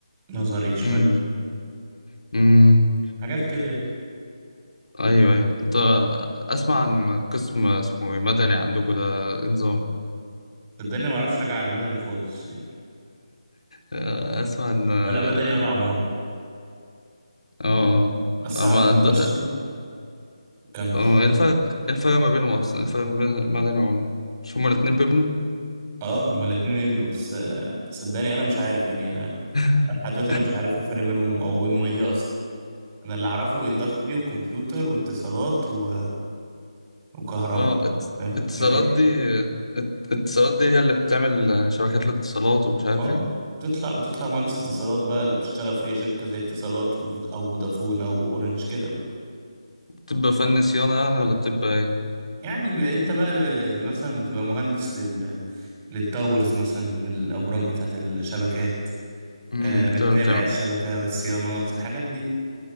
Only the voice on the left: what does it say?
امم امم
ايوه ايوه انت اسمع عن قسم اسمه إيه؟ مدني عندكم ده إيه نظام
آه، اسمع ان اه
آه، آه.
أنا
ما-
د-
آه، إيه الفرق إيه الفرق ما بينهم اصلا إيه الفرق ما بين مدني وعمارة مش هما الاتنين بيبنوا
<laughs>
اه ات-
اتصالات
دي ات- اتصالات دي هي اللي بتعمل شبكات الاتصالات ومش عارف
ايه
بتبقى فن صيانة يعني ولا بتبقى ايه
امم
انت اللي